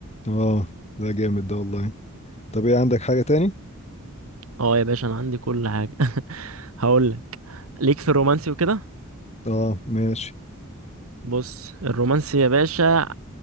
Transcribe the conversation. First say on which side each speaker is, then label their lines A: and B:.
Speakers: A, on the left; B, on the right.
A: اه ده جامد ده والله طب ايه عندك حاجه تاني
B: اه يا باشا انا عندي كل حاجة <laughs> هقول لك ليك في الرومانسي وكده
A: اه ماشي
B: بص الرومانسي يا باشا